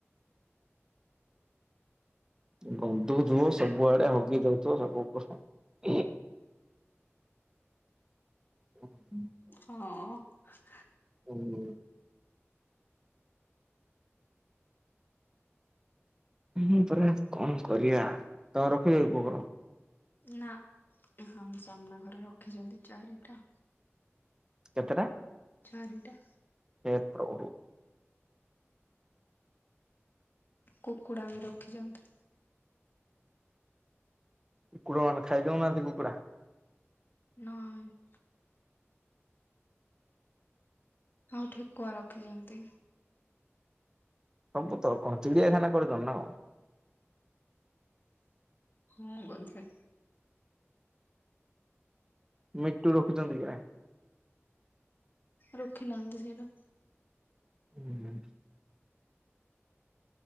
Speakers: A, on the right; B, on the left.
A: ଗନ୍ଧୁଥିବ ସବୁଆଡେ ହଗି ଦଉଥିବ ସବୁ। ହୁଁ।
B: ହଁ।
A: ହୁଁ ମୁଁ ପରା କଣ କରିବା। ତମ ରଖିବ କୁହ କଣ?
B: ନା ଆମ ସାମ୍ନା ଘରେ ରଖିଛନ୍ତି ଚାରିଟା।
A: କେତେଟା?
B: ଚାରିଟା।
A: ହେ' ପ୍ରଭୁ।
B: କୁକୁଡ଼ା ବି ରଖିଛନ୍ତି।
A: କୁକୁଡର ମାନ ଖାଇଦଉ ନାହାନ୍ତି କୁକୁଡ଼ା।
B: ନାଇଁ। ଆଉ ଠେକୁଆ ରଖିଛନ୍ତି।
A: ସବୁ ତ କଣ ଚିଡ଼ିଆଖାନା କରିଛ ନା କଣ?
B: ହଁ ବୋଧେ।
A: ମିଟୁ ରଖୁଛନ୍ତି କି ବା।
B: ରଖି ନାହାନ୍ତି ସେଇଟା।
A: ଉ ହୁଁ।